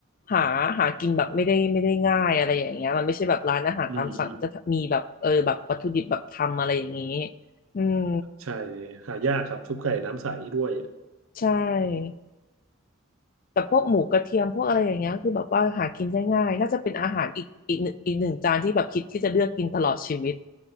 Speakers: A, on the left; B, on the right.
A: หาหากินแบบไม่ได้ไม่ได้ง่ายอะไรอย่างเงี้ยมันไม่ใช่แบบร้านอาหารตามสั่งก็จะมีแบบเออแบบวัตถุดิบแบบทำอะไรอย่างงี้
B: อืม
A: อืม
B: ใช่หายากครับซุปไก่น้ำใสด้วย
A: ใช่ แต่พวกหมูกระเทียมพวกอะไรอย่างเงี้ยคือแบบว่าหากินได้ง่ายน่าจะเป็นอาหารอีกอีกหนึ่งอีกหนึ่งจานที่แบบคิดที่จะเลือกกินตลอดชีวิต